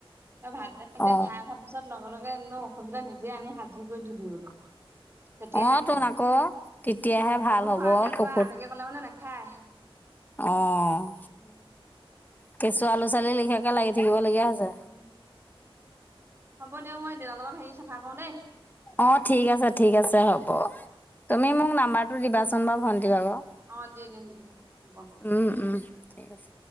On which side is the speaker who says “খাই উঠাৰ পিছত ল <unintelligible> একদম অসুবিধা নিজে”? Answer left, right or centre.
Right